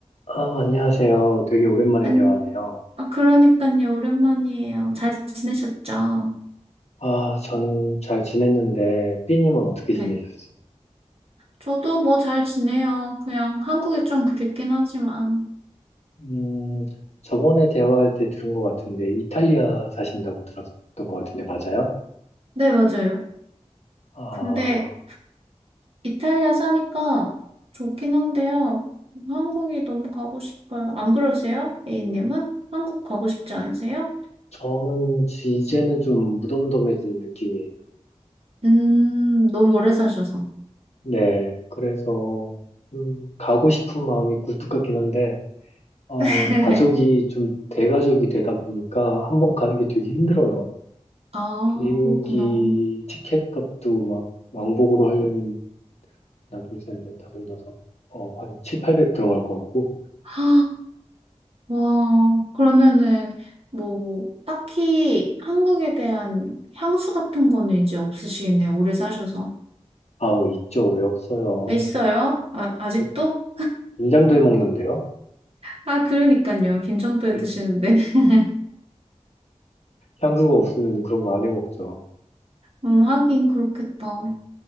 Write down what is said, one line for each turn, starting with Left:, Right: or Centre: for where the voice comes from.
Left: 아, 안녕하세요. 되게 오랜만에
Right: 안,
Left: 대화하네요.
Right: 아, 그러니까요. 오랜만이에요. 잘 지내셨죠?
Left: 아, 저는 잘 지냈는데, 삐님은 어떻게 지내셨어요?
Right: 네. 저도 뭐 잘 지내요. 그냥 한국이 좀 그립긴 하지만.
Left: 음, 저번에 대화할 때 들은 것 같은데, 이탈리아 사신다고 들었던 것 같은데, 맞아요?
Right: 네, 맞아요.
Left: 아,
Right: 근데 이탈리아 사니까 좋긴 한데요. 한국이 너무 가고 싶어요. 안 그러세요? A님은? 한국 가고 싶지 않으세요?
Left: 저는 지- 이제는 좀 무덤덤해진 느낌이에요.
Right: 음, 너무 오래 사셔서.
Left: 네, 그래서, 음, 가고 싶은 마음이 굴뚝 같긴 한데, 어,
Right: <laughs>
Left: 가족이 좀 대가족이 되다 보니까 한번 가는 게 되게 힘들어요.
Right: 아,
Left: 비행기
Right: 그렇구나.
Left: 티켓 값도 막 왕복으로 하려면 하나, 둘, 셋, 넷, 다섯, 여섯, 어, 한 7, 800 들어갈 것 같고.
Right: 하, 와, 그러면은 뭐 딱히 한국에 대한 향수 같은 거는 이제 없으시겠네요. 오래 사셔서.
Left: 아우, 있죠. 왜 없어요.
Right: 있어요? 아, 아직도?
Left: 저 인장도 해 먹는데요.
Right: 아, 그러니까요. 김정도에
Left: 네.
Right: 드시는데. <laughs>
Left: 향수가 없으면 그런 거 안 해 먹죠.
Right: 음, 하긴 그렇겠다.
Left: 음.